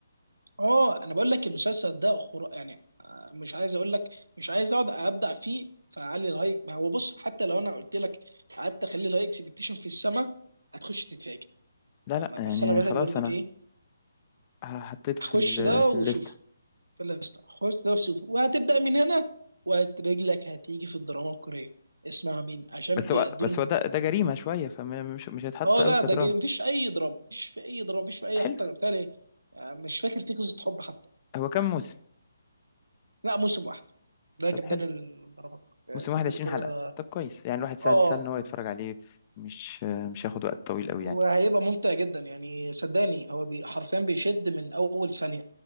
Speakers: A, on the right; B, on the left.
A: اه انا بقول لك المسلسل ده خر... يعني آه، مش عايز اقول لك مش عايز اقعد ابدع فيه فعلي الهاي ما هو بص حتى لو انا قلت لك قعدت اخلي الهاي اكسبكتيشن في السماء هتخش تتفاجئ
B: لا
A: انا
B: لا يعني
A: بس انا بقى
B: خلاص
A: برضك
B: أنا
A: ايه
B: ه- حطيته
A: اخش
B: في ال
A: ده
B: في
A: وشوف
B: الليستة
A: في الليست اخش ده وشوف وهتبدا من هنا ورجلك هتيجي في الدراما الكوريه اسمع مين عشان
B: بس
A: بيقدموا
B: هو بس هو ده ده جريمة شوية فمش مش هيتحط
A: اه
B: قوي
A: لا
B: كدراما
A: ده جي- مفيش اي دراما مفيش في اي دراما مفيش في اي
B: حلو
A: حتى بتاع مش فاكر في قصه حب حتى
B: هو كام موسم
A: لا موسم واحد ده
B: طب
A: كان
B: حلو
A: الدراما الحاجات
B: موسم واحد عشرين
A: الكورية
B: حلقة طب كويس يعني الواحد سهل
A: اه
B: سهل ان هو يتفرج عليه مش مش هياخد وقت طويل قوي
A: وهيبقى
B: يعني
A: ممتع جدا يعني صدقني هو بي حرفيا بيشد من اول ثانية